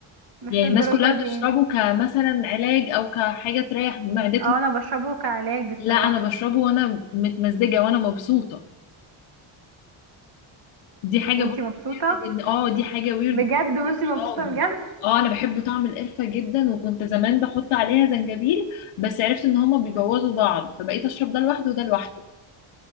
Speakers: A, on the right; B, on the left.
A: مش
B: يعني
A: للدرجة
B: الناس كلها
A: دي
B: بتشربه
A: يعني
B: كمثلا علاج او كحاجة تريح معدتهم
A: اه انا بشربه كعلاج الصراحة
B: لا انا بشربه وانا متمزجه وانا مبسوطه دي حاجه
A: وانتي
B: برضه
A: مبسوطة
B: ان اه دي حاجه ويرد
A: بجد
B: بالنسبة
A: وانتي
B: لاصحابي
A: مبسوطة بجد
B: اه انا بحب طعم القرفه جدا وكنت زمان بحط عليها زنجبيل بس عرفت ان هما بيبوظوا بعض فبقيت اشرب ده لوحده وده لوحده